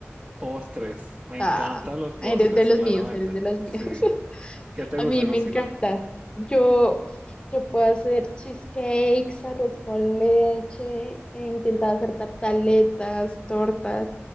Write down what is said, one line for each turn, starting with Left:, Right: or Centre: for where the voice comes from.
Right: Postres. Me
Left: Ah,
Right: encantan los postres,
Left: eres de los
Right: claramente.
Left: míos, eres de los míos.
Right: Sí.
Left: <laughs>
Right: ¿Qué te
Left: A
Right: gusta
Left: mí
Right: cocinar?
Left: me encanta. Yo, yo puedo hacer cheesecakes, arroz con leche, he intentado hacer tartaletas, tortas.